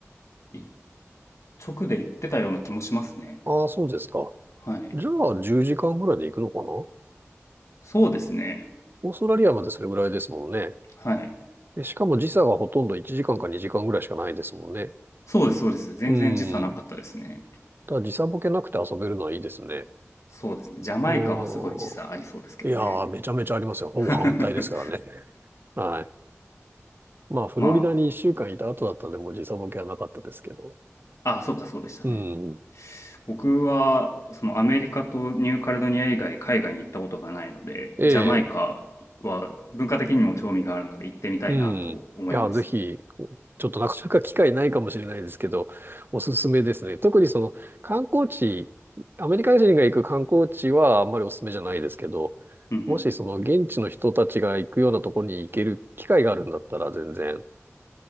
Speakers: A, on the left (about 80°); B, on the right (about 45°).
A: 一直で言ってたような気もしますね。
B: ああ、そうですか。
A: はい。
B: じゃあ、10時間ぐらいで行くのかな
A: そうですね。
B: オーストラリアまでそれぐらいですもんね。
A: はい。
B: で、しかも時差がほとんど1時間か2時間ぐらいしかないですもんね。
A: そうです、そうです。全然時差なかったですね。
B: うん。ただ時差ボケなくて遊べるのはいいですね。
A: そうですね。ジャマイカはすごい時差ありそうですけどね。
B: おー。いやー、めちゃめちゃありますよ。ほぼ反対ですからね。
A: <laughs>
B: はい。まあ、フロリダに1週間いた後だったんで、
A: ま
B: もう時差ボケはなかったですけど。
A: あ、あ、そうか、そうでしたね。
B: うん。
A: 僕は、そのアメリカとニューカレドニア以外海外に行ったことがないので、
B: ええ
A: ジャマイカは文化的にも興味があるので行ってみたいなと思います。
B: うん。いや、ぜひ、ちょっとなかなか機会ないかもしれないですけど、おすすめですね。特にその観光地、アメリカ人が行く観光地はあんまりおすすめじゃないですけど、
A: うんうん。
B: もしその現地の人たちが行くようなところに行ける機会があるんだったら全然、